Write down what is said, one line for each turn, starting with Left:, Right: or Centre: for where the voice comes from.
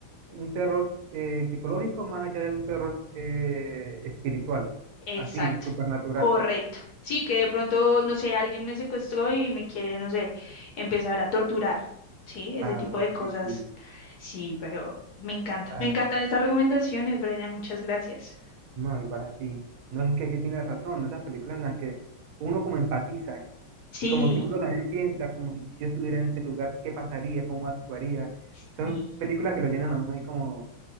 Right: un terror eh, psicológico más allá de un terror eh, espiritual,
Left: exacto,
Right: así, supernatural.
Left: correcto. Sí, que de pronto, no sé, alguien me secuestró y me quiere, no sé, empezar a torturar, ¿sí? Ese
Right: Claro,
Left: tipo de cosas.
Right: sí, sí,
Left: Sí, pero me encanta.
Right: claro.
Left: Me encantan estas recomendaciones, Brian, muchas gracias.
Right: No, y para ti. No es que sí tienes razón, esas películas en las que uno como empatiza
Left: Sí,
Right: y como que uno también piensa, como que si yo estuviera en ese lugar, ¿qué pasaría? ¿Cómo actuaría?
Left: sí,
Right: Son películas que lo llenan a uno ahí como